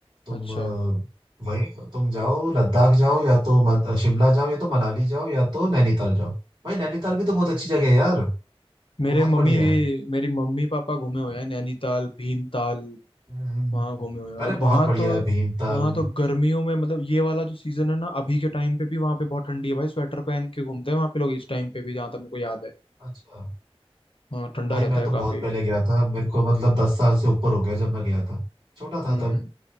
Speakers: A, on the right; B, on the left.
A: तुम
B: अच्छा
A: अ, वही तुम जाओ लद्दाख जाओ या तो मत- शिमला जाओ या तो मनाली जाओ या तो नैनीताल जाओ भाई नैनीताल भी तो बहुत अच्छी जगह है यार
B: मेरे
A: बहुत
B: मम्मी
A: बढ़िया है
B: मेरी मम्मी पापा घूमे हुए हैं नैनीताल भीमताल
A: हम्म,
B: वहां घूमे हुए हैं
A: अरे
B: और वहां
A: बहुत बढ़िया
B: तो
A: है भीमताल
B: वहां तो गर्मियों में मतलब ये वाला जो सीजन है ना अभी के टाइम पे भी वहां पे बहुत ठंडी है भाई स्वेटर पहन के घूमते हैं वहां पे लोग इस टाइम पे भी जहां तक मेरे को याद है
A: अच्छा
B: हाँ ठंडा
A: भाई
B: रहता
A: मैं
B: है
A: तो
B: काफी
A: बहुत पहले गया था मेरे को मतलब दस साल से ऊपर हो गया जब मैं गया था छोटा था
B: हम्म
A: तब